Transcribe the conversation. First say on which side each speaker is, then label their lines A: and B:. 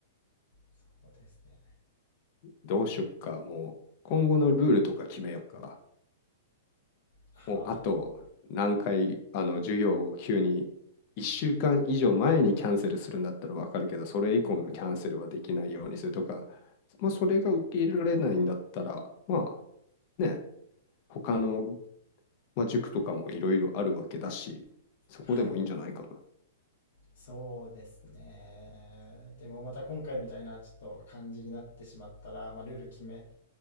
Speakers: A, on the left (about 70°); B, on the left (about 40°).
A: そうですね。
B: どうしよっか、もう。今後のルールとか決めよっか。
A: はあ、
B: もうあと何回、あの、授業を急に1週間以上前にキャンセルするんだったらわかるけど、それ以降のキャンセルはできないようにするとか、まあ、それが受け入れられないんだったら、まあね、他の、まあ、塾とかもいろいろあるわけだし、そこでもいいんじゃないかな。
A: はい。そうですね。でもまた今回みたいなちょっと感じになってしまったら、まあ、ルール決め